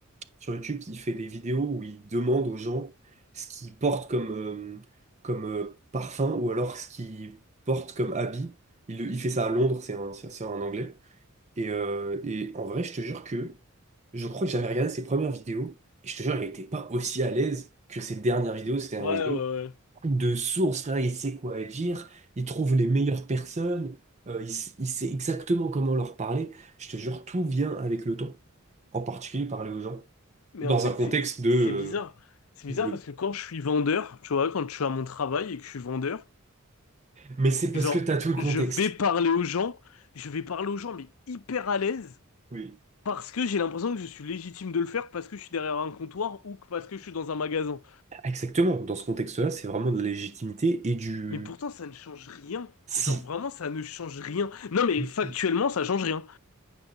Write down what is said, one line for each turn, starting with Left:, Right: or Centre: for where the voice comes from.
Right: sur YouTube qui fait des vidéos où il demande aux gens ce qu'ils portent comme, euh, comme euh, parfum ou alors ce qu'ils portent comme habit. Il, le- il fait ça à Londres, c'est un, c'est c'est un Anglais. Et, euh, et en vrai, je te jure que je crois que j'avais regardé ses premières vidéos et je te jure, il n'était pas aussi à l'aise que ses dernières vidéos. Ses dernières
Left: Ouais,
Right: vidéos,
Left: ouais, ouais.
Right: de source, frère, il sait quoi dire, il trouve les meilleures personnes, euh, il, s- il sait exactement comment leur parler. Je te jure, tout vient avec le temps, en particulier parler aux gens,
Left: Mais
Right: dans
Left: en fait,
Right: un contexte
Left: c'est c'est-
Right: de
Left: c'est
Right: euh,
Left: bizarre. C'est bizarre
Right: vidéo.
Left: parce que quand je suis vendeur, tu vois, quand je suis à mon travail et que je suis vendeur,
Right: Mais c'est parce
Left: genre,
Right: que tu as tout le contexte.
Left: je vais parler aux gens, je vais parler aux gens, mais hyper à l'aise.
Right: Oui.
Left: Parce que j'ai l'impression que je suis légitime de le faire parce que je suis derrière un comptoir ou que parce que je suis dans un magasin.
Right: Exactement, dans ce contexte-là, c'est vraiment de la légitimité et du
Left: Mais pourtant, ça ne change rien.
Right: si.
Left: Genre vraiment, ça ne change rien. Non mais
Right: si.
Left: factuellement, ça change rien.